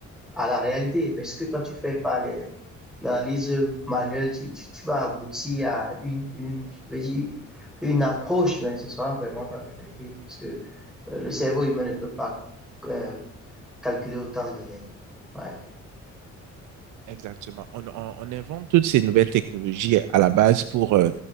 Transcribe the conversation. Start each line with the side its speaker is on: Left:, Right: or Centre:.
Centre: à la réalité. Mais ce que toi, tu fais par l'analyse manuelle, tu, tu- tu vas aboutir à une, une, je veux dire, une approche, mais ce sera vraiment pas la finalité, parce que euh, le cerveau humain ne peut pas euh, calculer autant de données. Ouais.
Right: Exactement. On, on- on invente toutes ces nouvelles technologies à la base pour euh,